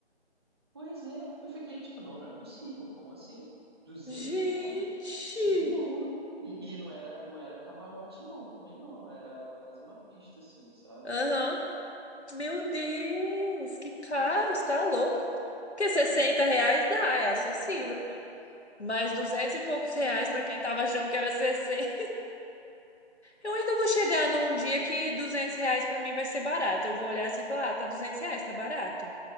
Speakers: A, on the right; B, on the left.
A: Pois é, eu fiquei tipo, não, não é possível, como assim? duzentos
B: Gente!
A: <laughs> reais? Senhor! E, e não era, não era camarote, não, também não, era quase uma pista, assim, sabe?
B: Aham. Meu Deus, que caro, você tá louco. Porque 60 reais dá, é
A: Pois
B: acessível.
A: é,
B: Mas duzentos e poucos
A: exato.
B: reais pra quem tava achando que era 60 Eu ainda vou chegar num dia que 200 reais pra mim vai ser barato. Eu vou olhar assim e falar, ah, tá 200 reais, tá barato.